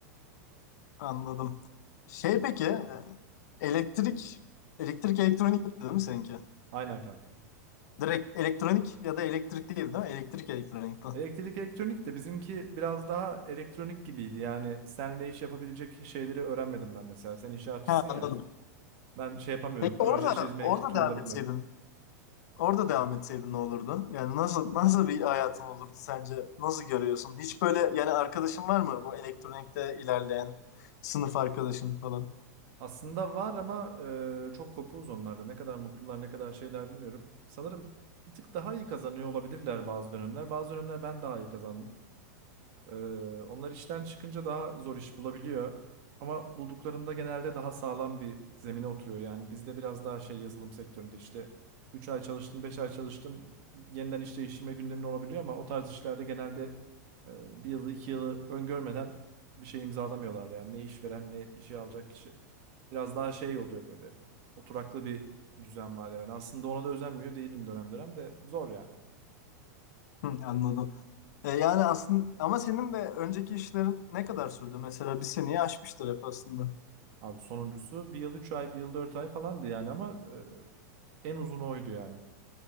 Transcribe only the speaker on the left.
Anladım. Şey peki, e, elektrik elektrik elektronik değil mi seninki?
Direkt elektronik ya da elektrik değil değil mi? Elektrik elektronikten.
Ha
anladım.
Peki
orada
orada
devam etseydin.
Orada devam etseydin ne olurdu? Yani nasıl nasıl bir hayatın olurdu sence? Nasıl görüyorsun? Hiç böyle yani arkadaşın var mı bu elektronikte ilerleyen sınıf arkadaşın falan?
Hı, anladım. E, yani aslında ama senin de önceki işlerin ne kadar sürdü? Mesela bir seneyi aşmıştır hep aslında.